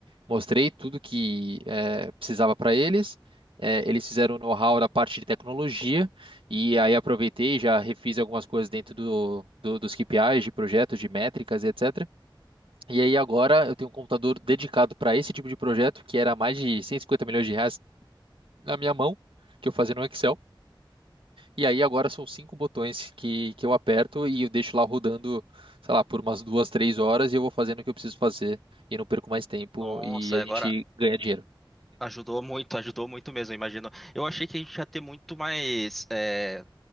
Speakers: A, on the right (about 85°); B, in the centre.
A: mostrei tudo que eh, precisava para eles. Eh, eles fizeram o know-how da parte de tecnologia. E aí, aproveitei e já refiz algumas coisas dentro do, do- dos KPIs, de projetos, de métricas, e etc. E aí, agora, eu tenho um computador dedicado para esse tipo de projeto, que era mais de 150 milhões de reais na minha mão, que eu fazia no Excel. E aí agora são cinco botões que, que eu aperto e eu deixo lá rodando, sei lá, por umas duas, três horas e eu vou fazendo o que eu preciso fazer e não perco mais tempo
B: Nossa,
A: e a
B: agora
A: gente ganha dinheiro.
B: ajudou muito, <laughs> ajudou muito mesmo, eu imagino. Eu achei que a gente ia ter muito mais, é,